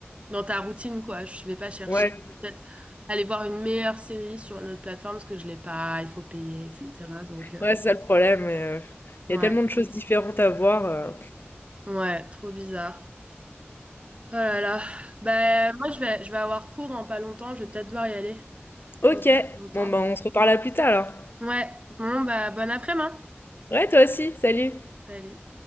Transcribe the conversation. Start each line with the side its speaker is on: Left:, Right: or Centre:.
Right: dans ta routine, quoi. Je vais pas chercher
Left: Ouais.
Right: peut-être aller voir une meilleure série sur une autre plateforme parce que je l'ai pas, il faut payer, etc. Donc, euh,
Left: Ouais, c'est ça le problème. euh,
Right: ouais,
Left: Il y a tellement de choses différentes à voir. euh.
Right: ouais, trop bizarre. Oh là là. Ben, moi, je vais, je vais avoir cours dans pas longtemps. Je vais peut-être devoir y aller
Left: Ok,
Right: dans pas plus longtemps.
Left: bon ben on se reparle à plus tard alors.
Right: Ouais, bon, bah, bon après-midi.
Left: Ouais, toi aussi, salut!
Right: Salut.